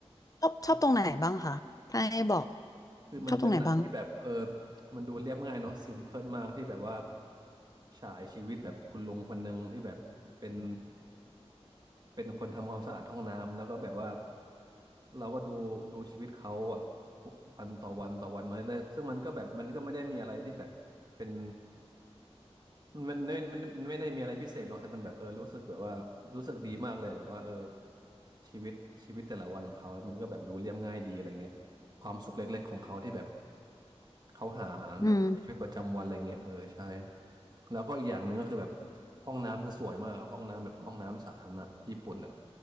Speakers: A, on the left; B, on the right.
A: ชอบชอบตรงไหนบ้างคะถ้าให้บอก
B: ม คือมันเป็นหนังที่แบบเออ
A: ชอบตรงไหนบ้าง
B: มันดูเรียบง่ายเนาะ s ิมเพิลมากที่แบบว่าฉายชีวิตแบบคุณลุงคนหนึ่งที่แบบเป็นเป็นคนทำความสะอาดห้องน้ำแล้วก็แบบว่าเราก็ดูดูชีวิตเขาแบบวันต่อวันต่อวันมาเรื่อยๆซึ่งมันก็แบบมันก็ไม่ได้มีอะไรที่แบบเป็น มันไม่มันมันไม่ได้มีอะไรพิเศษเนาะแต่มันแบบเออรู้สึกแบบว่ารู้สึกดีมากเลยแบบว่าเออชีวิตชีวิตแต่ละวันของเขามันก็แบบดูเรียบง่ายดีอะไรเงี้ยความสุขเล็กๆของเขาที่แบบเขาหา
A: อืม
B: ในชีวิตประจำวันอะไรเงี้ยเออใช่แล้วก็อีกอย่างหนึ่งก็คือแบบห้องน้ำคือสวยมากห้องน้ำแบบห้องน้ำสาธารณะญี่ปุ่นแบบ